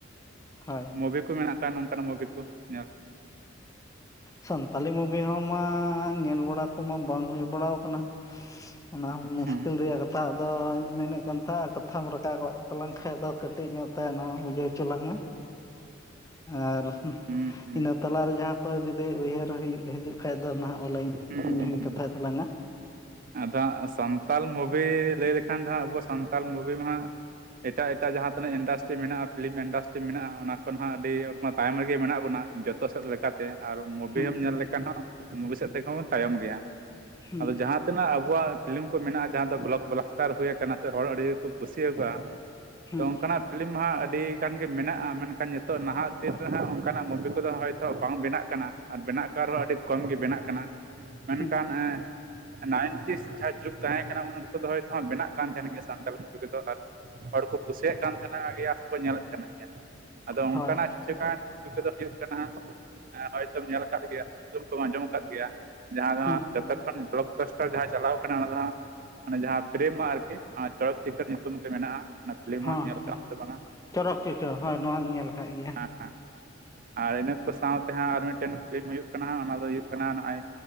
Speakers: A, on the left; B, on the right.
A: ᱦᱳᱭ
B: ᱢᱩᱵᱷᱤ ᱠᱚ ᱢᱮᱱᱟᱜ ᱠᱟᱱ ᱚᱱᱠᱟᱱ ᱢᱩᱵᱷᱤ ᱠᱚ ᱧᱮᱞ
A: ᱥᱟᱱᱛᱟᱞᱤ ᱢᱩᱵᱷᱤ ᱦᱚᱸ ᱢᱟ ᱧᱮᱞ ᱵᱟᱲᱟ ᱠᱚᱢᱟ ᱵᱟᱝ ᱦᱩᱭ ᱵᱟᱲᱟᱣ ᱠᱟᱱᱟ ᱚᱱᱟ ᱦᱚᱸ ᱢᱩᱥᱠᱤᱞ
B: ᱦᱩᱸ
A: ᱨᱮᱭᱟᱜ ᱠᱟᱛ ᱛᱟᱫᱚᱧ ᱢᱮᱱᱮᱫ ᱠᱟᱱ ᱛᱟᱦᱮᱫ ᱠᱟᱛᱷᱟᱢ ᱨᱟᱠᱟᱵ ᱛᱟᱞᱟᱝ ᱠᱷᱟᱱ ᱫᱚ ᱠᱟᱹᱴᱤᱡ ᱧᱚᱜ ᱛᱟᱭ ᱱᱚᱣᱟ ᱵᱩᱡᱷᱟᱹᱣ ᱦᱚᱪᱚ ᱞᱟᱝ ᱢᱮ ᱟᱨ
B: ᱦᱩᱸ ᱦᱩᱸ
A: ᱤᱱᱟᱹ ᱛᱟᱞᱟᱨᱮ ᱡᱟᱦᱟᱸ ᱠᱚ ᱡᱩᱫᱤ ᱩᱭᱦᱟᱹᱨ ᱦᱩᱭᱩ ᱦᱤᱡᱩᱜ ᱠᱷᱟᱡ ᱫᱚ ᱚᱱᱟᱦᱚ ᱚᱞᱟ. ᱧ
B: ᱦᱩᱸ
A: ᱤᱧᱦᱩᱧ
B: ᱦᱩᱸ ᱦᱩᱸ
A: ᱠᱟᱛ ᱠᱟᱛᱷᱟᱭ ᱛᱟᱞᱟᱝ ᱟ
B: ᱟᱫᱚ ᱦᱟᱸᱜ ᱥᱟᱱᱛᱟᱞ ᱢᱩᱵᱷᱤ ᱞᱟᱹᱭ ᱞᱮᱠᱷᱟᱱ ᱫᱚᱦᱟᱸᱜ ᱟᱵᱚ ᱥᱟᱱᱛᱟᱞ ᱢᱩᱵᱷᱤ ᱢᱟ ᱦᱟᱜ ᱮᱴᱟᱜ ᱮᱴᱟᱜ ᱡᱟᱦᱟᱸ ᱛᱤᱱᱟᱹᱜ ᱤᱱᱰᱟᱥᱴᱨᱤ ᱢᱮᱱᱟᱜᱼᱟ ᱯᱷᱤᱞᱤᱢ ᱤᱱᱰᱟᱥᱴᱨᱤ ᱢᱮᱱᱟᱜᱼᱟ ᱚᱱᱟ ᱠᱷᱚᱱᱦᱚ ᱟᱹᱰᱤ ᱛᱟᱭᱚᱢ ᱨᱮᱜᱮ ᱢᱮᱱᱟᱜ ᱵᱚᱱᱟ ᱡᱚᱛ ᱛᱚ ᱥᱮᱫ ᱞᱮᱠᱟ ᱛᱮ ᱟᱨ ᱢᱩᱵᱷᱤ
A: ᱦᱩᱸ
B: ᱦᱚᱸᱢ ᱧᱮᱞ ᱞᱮᱠᱷᱟᱱ ᱦᱚᱸ ᱢᱩᱵᱷᱤ ᱥᱮᱫ ᱛᱮᱦᱚ ᱛᱟᱭᱚᱢ ᱜᱮᱭᱟ
A: ᱦᱩᱸ
B: ᱟᱫᱚ ᱡᱟᱦᱟ ᱛᱤᱱᱟ. ᱜ ᱟᱵᱚᱣᱟᱜ ᱯᱷᱤᱞᱤᱢ ᱠᱚ ᱢᱮᱱᱟᱜᱼᱟ ᱡᱟᱦᱟᱸ ᱫᱚ ᱵᱞᱚᱠ ᱵᱞᱚᱠ ᱵᱞᱟᱥᱴᱟᱨ ᱦᱩᱭᱠᱟᱱᱟ ᱥᱮ ᱦᱚᱲ ᱟᱹᱰᱤᱠᱚ ᱠᱩᱥᱤᱣ ᱠᱟᱜᱼᱟ
A: ᱦᱩᱸ
B: ᱛᱚ ᱚᱱᱠᱟᱱᱟᱜ ᱯᱷᱤᱞᱤᱢ ᱢᱟᱦᱟᱸᱜ ᱟᱹᱰᱤ ᱜᱟᱱ ᱜᱮ ᱢᱮᱱᱟᱜᱼᱟ ᱢᱮᱱᱠᱷᱟᱱ ᱱᱤᱛᱚᱜ ᱱᱟᱦᱟᱜ ᱫᱤᱱ ᱨᱮᱦᱟᱸᱜ ᱚᱱᱠᱟᱱᱟᱜ ᱢᱩᱵᱷᱤ ᱠᱚᱫᱚ ᱦᱚᱭᱛᱚ ᱵᱟᱝ ᱵᱮᱱᱟᱜ ᱠᱟᱱᱟ ᱟᱨ ᱵᱮᱱᱟᱜ ᱠᱟᱱ ᱨᱮᱦᱚᱸ ᱟᱹᱰᱤ ᱠᱚᱢ ᱜᱮ ᱵᱮᱱᱟᱜ ᱠᱟᱱᱟ ᱢᱮᱱᱠᱷᱟᱱ
A: ᱦᱩᱸ
B: ᱱᱟᱭᱤᱱᱴᱤᱥ ᱡᱟᱦᱟᱸ ᱡᱩᱜᱽ ᱛᱟᱦᱮᱸᱠᱟᱱᱟ ᱩᱱ ᱚᱠᱛᱚ ᱫᱚ ᱦᱚᱭᱛ ᱵᱮᱱᱟᱜ ᱠᱟᱱ ᱛᱟᱦᱮᱱ ᱜᱮᱭᱟ ᱥᱟᱱᱛᱟᱞ ᱢᱩᱵᱷᱤ ᱠᱚᱫᱚ ᱟᱨ ᱦᱚᱲᱠᱚ ᱠᱩᱥᱤᱭᱟᱜ ᱠᱟᱱ ᱛᱟᱦᱮᱱᱟ ᱜᱮᱭᱟ ᱥᱮᱠᱚ ᱧᱮᱞᱮᱫ ᱠᱟᱱ ᱜᱮᱭᱟ ᱟᱫᱚ
A: ᱦᱳᱭ
B: ᱚᱱᱠᱟᱱᱟᱜ ᱠᱤᱪᱷᱩᱜᱟᱱ ᱢᱩᱵᱦᱤ ᱠᱚᱫᱚ ᱦᱩᱭᱩᱜ ᱠᱟᱱᱟ ᱦᱟᱜ ᱦᱚᱭᱛᱚᱢ ᱧᱮᱞ ᱟᱠᱟᱫ ᱜᱮᱭᱟ ᱧᱩᱛᱩᱢ ᱠᱚᱢ ᱟᱸᱡᱚᱢ ᱟᱠᱟᱫ ᱜᱮᱭᱟ ᱡᱟᱦᱟᱸ ᱫᱚ
A: ᱦᱩᱸ
B: ᱦᱟᱸᱜ ᱡᱚᱛᱚ ᱠᱷᱚᱱ ᱵᱞᱚᱠ ᱵᱟᱥᱴᱟᱨ ᱡᱟᱦᱟᱸ ᱪᱟᱞᱟᱣ ᱠᱟᱱᱟ ᱚᱱᱟ ᱫᱚ ᱦᱟᱸᱜ ᱢᱟᱱᱮ ᱡᱟᱦᱟᱸ ᱯᱨᱮᱢ ᱢᱟᱜ ᱟᱨᱠᱤ ᱪᱚᱲᱚᱠ ᱪᱤᱠᱟᱹᱲ ᱧᱩᱛᱩᱢ ᱛᱮ ᱢᱮᱱᱟᱜᱼᱟ ᱚᱱᱟ ᱯᱷᱤᱞᱤᱢ
A: ᱦᱚᱸ
B: ᱦᱟᱜ ᱧᱮᱞ
A: ᱦᱚᱸ
B: ᱠᱟᱜᱼᱟᱢ ᱥᱮ ᱵᱟᱝ ᱟ
A: ᱪᱚᱨᱚᱠ ᱪᱤᱠᱟᱹᱨ ᱦᱮ ᱦᱳᱭ ᱱᱚᱣᱟ ᱧᱮᱞ ᱠᱟᱫ ᱜᱮᱭᱟ
B: ᱦᱮᱸ ᱦᱮᱸ ᱟᱨ ᱤᱱᱟᱹ ᱠᱚ ᱥᱟᱶᱛᱮ ᱦᱟᱸᱜ ᱟᱨ ᱢᱤᱫᱴᱮᱱ ᱯᱷᱤᱞᱤᱢ ᱦᱩᱭᱩᱜ ᱠᱟᱱᱟ ᱦᱟᱸᱜ ᱚᱱᱟ ᱫᱚ ᱦᱩᱭᱩᱜ ᱠᱟᱱᱟ ᱱᱚᱜᱼᱚᱭ